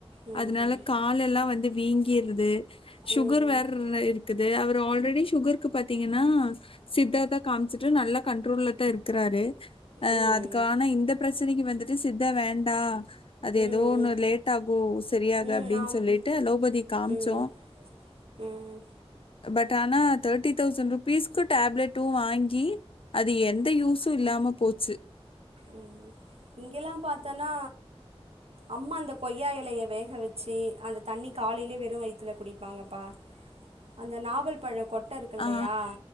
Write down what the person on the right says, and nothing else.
ம்
ம்
ம் ம்
ம்
ம்
ம்
ம்
ஆம்
ம் ம்
ம் இங்கெல்லாம் பாத்தோன்னா அம்மா அந்த கொய்யா எலய வேக வச்சு அந்த தண்ணி காலையிலே வெறு வயித்துல குடிப்பாங்கப்பா அந்த நாவல் பழம் கொட் பட்ட இருக்கு இல்லயா